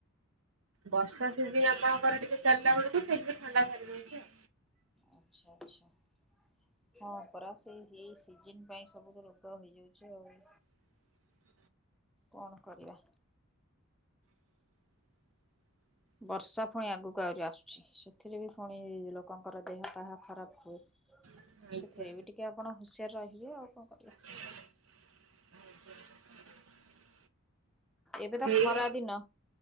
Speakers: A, on the right; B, in the centre.
A: ବର୍ଷା ସିଜିିନି ଆପଣଙ୍କର ଟିକେ ଚାଲିଲା ବେଳକୁ, ସେ ଟିକେ ଥଣ୍ଡା ଧରିଦଉଛି ଆଉ।
B: ଆଛା ଆଛା। ହଁ ପରା, ସେ ଏଇ ସିଜିନି ପାଇଁ ସବୁ ରୋଗ ହେଇଯାଉଚି ଆଉ।
A: <inaudible>
B: କଣ କରିବା?
A: <inaudible>
B: ବର୍ଷା ପୁଣି ଆଗକୁ ଆହୁରି ଆସୁଚି, ସେଥିରେ ବି ପୁଣି ଲୋକଙ୍କର ଦେହ ପା ଖରାପ ହୁଏ।
A: ଆଉ ଆଜ୍ଞା।
B: ସେଥିରେ ବି ଟିକେ ଆପଣ ହୁସିଆର ରହିବେ, ଆଉ କଣ କରିବା?
A: <unintelligible>
B: ଏବେ ତ ଖରା
A: ଏଇ
B: ଦିନ,